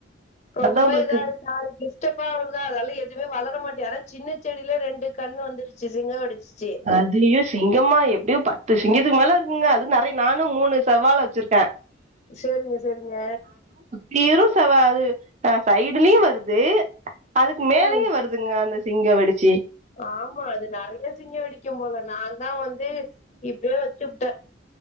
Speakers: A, on the left (about 35°); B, on the right (about 35°).
A: ரொம்ப
B: அதா உங்களுக்கு
A: இதா இருக்கா டிஷ்டப்பா வருதா அதால எதுமே வளரமாட்டி அதா சின்ன செடில ரெண்டு கண்ணு வந்துருச்சு சிங்க வெடிச்சிசு
B: அதுலயு சிங்கமா எப்புடியு பத்து சிங்கத்துக்கு மேல இருக்குங்க அது நெறை நானு மூணு செவ்வால வச்சிருக்கே
A: சேரிங்க செரிங்க
B: தீரும் செவ்வாது அ சைடுலயு வருது அதுக்கு மேலயு
A: ம்
B: வரு துங்க அந்த சிங்க வெடிச்சி
A: ஆமா அது நறைய சிங்க வெடிக்கு போல நாந்தா வந்து இப்டியே வச்சுப்டே